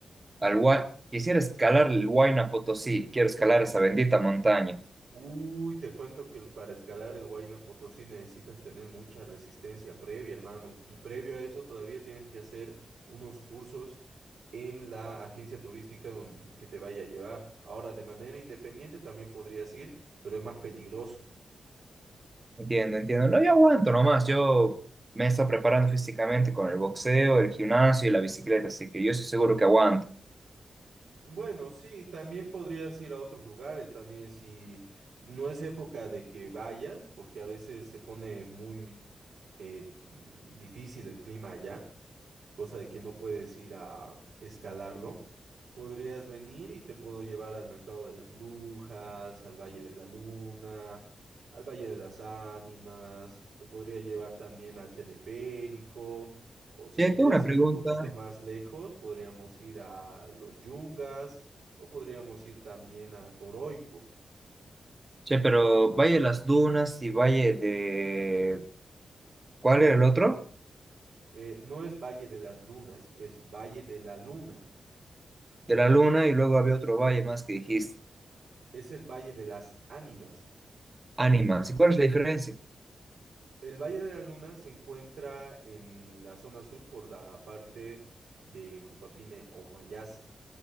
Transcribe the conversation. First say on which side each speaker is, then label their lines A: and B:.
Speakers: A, on the right (about 20°); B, on the right (about 85°).
A: al Hua- Quisiera escalar el Huayna Potosí, quiero escalar esa bendita montaña.
B: Uy, te cuento que el- para escalar el Huayna Potosí necesitas tener mucha resistencia previa, hermano. Y previo a eso todavía tienes que hacer unos cursos en la agencia turística don- que te vaya a llevar. Ahora, de manera independiente también podrías ir, pero es más peligroso.
A: Entiendo, entiendo. No, yo aguanto nomás. Yo me estoy preparando físicamente con el boxeo, el gimnasio y la bicicleta, así que yo estoy seguro que aguanto.
B: Bueno, sí, también podrías ir a otros lugares, también si no es época de que vayas, porque a veces se pone muy eh, mm, difícil el clima allá, cosa de que no puedes ir a escalarlo, podrías venir y te puedo llevar al Mercado de las Brujas, al Valle de la Luna, al Valle de las Ánimas, te podría llevar también al teleférico, o si
A: Che,
B: quieres
A: tengo una pregunta.
B: ir un poquito más lejos, podríamos ir a los Yungas, o podríamos ir también a Coroico.
A: Che, pero Valle de las Dunas y Valle de... ¿Cuál era el otro?
B: Eh, no es Valle de las Dunas, es Valle de la Luna.
A: De la Luna y luego había otro valle más que dijiste.
B: es el Valle de las Ánimas.
A: Ánimas. ¿Y cuál es la diferencia?
B: El Valle de la Luna se encuentra en la zona sur por la parte de Jupapine o Mayasa,